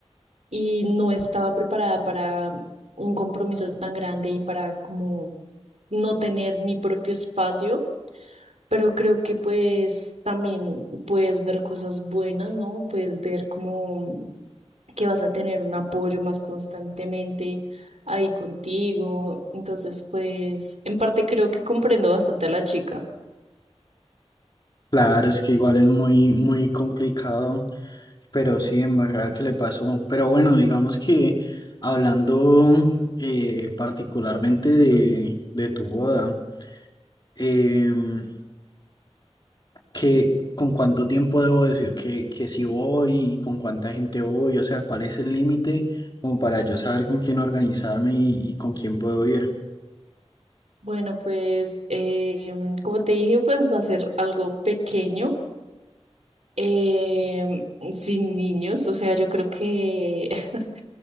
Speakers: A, on the right; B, on the left.
A: y no estaba preparada para un compromiso tan grande y para como no tener mi propio espacio, pero creo que pues también puedes ver cosas buenas, ¿no? Puedes ver como que vas a tener un apoyo más constantemente ahí contigo. Entonces, pues, en parte creo que comprendo bastante a la chica.
B: Claro, es que igual es muy, muy complicado Pero sí, en verdad que le pasó. Pero bueno, digamos que hablando eh, particularmente de, de tu boda, em, que, ¿con cuánto tiempo debo decir que, que si voy y con cuánta gente voy? O sea, ¿cuál es el límite como para yo saber con quién organizarme y, y con quién puedo ir?
A: Bueno, pues em, como te dije, pues va a ser algo pequeño, em, sin niños, o sea, yo creo que <laughs>